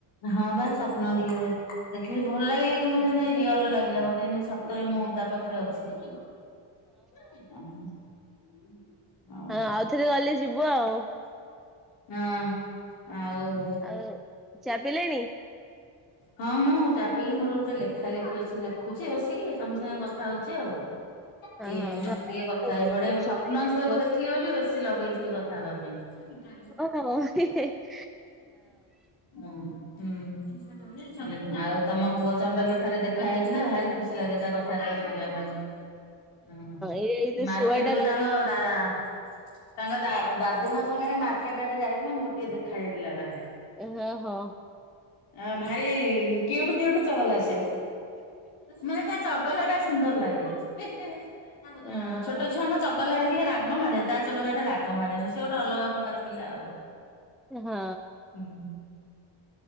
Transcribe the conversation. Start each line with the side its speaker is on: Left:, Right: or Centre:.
Left: ହଁ ବା ସ୍ୱପ୍ନ ଟିକେ ଦେଖିଲ ଭଲ ଲାଗିଲା କିନ୍ତ ଯେ ରିଅଲ ଲାଗିଲା ମତେ ରେ ମୁଁ ତା ପାଖରେ ଅଛି। <unintelligible> ହଁ
Centre: ଆ ଆଉଥରେ ଗଲେ ଯିବ ଆଉ।
Left: ହଁ ଆଉ
Centre: ଆଉ ଚା ପିଲେଣି?
Left: ହଁ ମୁଁ ଚାବିକି ମୋର ଗୋଟେ ଲେଖା ଲେଖି ଅଛି ଲେଖୁଛି ବସିକି ତମ ସାଙ୍ଗେ କଥା ହଉଛି ଆଉ।
Centre: ହଁ
Left: ଏଇ
Centre: ହଁ
Left: ଟିକେ
Centre: ଘରେ
Left: କଥା
Centre: ସବୁ
Left: ହେଇ ପଡେ
Centre: ରୋଷେଇ
Left: ସ୍ୱପ୍ନ ଝିଅକୁ
Centre: ହଁ
Left: ଦେଖିଲି ବୋଲି ବେଶୀ ଲଗେଇଥିଲି କଥା ହେବା ପାଇଁ। <unintelligible>
Centre: ଓଃ। <unintelligible>
Left: ହଁ ହୁଁ। ହୁ ଆଉ ତମ ପୁଅ ଚଣ୍ଡ ବି ଥରେ ଦେଖା ହେଇଥିଲା। ଭାରି ଖୁସି ଲାଗେ ତା କଥାବାର୍ତ୍ତା ଶୁଣିବା ପାଇଁ। ହଁ
Centre: ଏଇ ଯୋଉ
Left: ମାର୍କେଟକୁ
Centre: ଶୁଆଟା ରଖି
Left: ତାଙ୍ଗ ଦାଦା ତାଙ୍କ ଦାଦୁଙ୍କ ସାଙ୍ଗରେ ମାର୍କେଟ ଆଡେ ଯାଇଥିଲା। ମୋର ଟିକେ ଦେଖା ଯାଇଥିଲା ବା
Centre: ହଁ।
Left: ଆ ଭାରି କିଉଟ କିଉଟ ଚଲଲା ସେ ମାନେ ତା ଚଗଲଟା ସୁନ୍ଦର ଲାଗେ ଛୋଟ
Centre: ଅ
Left: ଛୁଆଙ୍କ ଚ ଚଗଲା ଦେଖିଲେ ରାଗ ମାଡ଼େ ତା ଚଗଲା ଟେ ରାଗ ମାଡ଼େନି ସେ ଗୋଟେ ଅଲଗା ପ୍ରକାର ପିଲା ଆଉ।
Centre: ହଁ।
Left: ହଁ ହୁଁ।